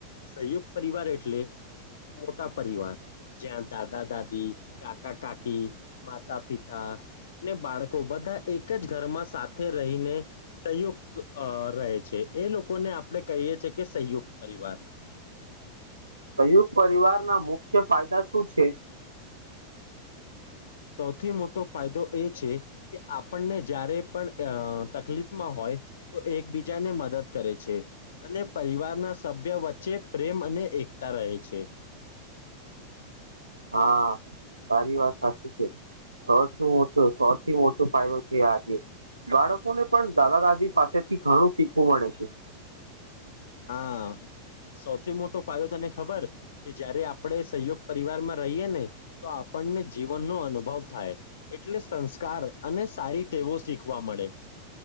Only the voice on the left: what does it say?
સંયુક્ત પરિવાર એટલે મોટા પરિવાર જ્યાં દાદા-દાદી, કાકા-કાકી, માતા-પિતા અને બાળકો બધા એક જ ઘરમાં સાથે રહીને સયુક્ત અ રહે છે એ લોકોને આપડે કહીએ છીએ કે સંયુક્ત પરિવાર
સૌથી મોટો ફાયદો એ છે કે આપણને જ્યારે પણ તકલીફમાં હોય તો એકબીજાને મ દદ કરે છે અને પરિવારના સભ્ય વચ્ચે પ્રેમ અને એકતા રહે છે
હા સૌથી મોટો ફાયદો તને ખબર કે જયારે આપડે સહયોગ પરિવાર માં રહીએ ને તો આપ પણને જીવનનો અનુભવ થાય એટલે સંસ્કાર અને સારી ટેવો શીખવા મળે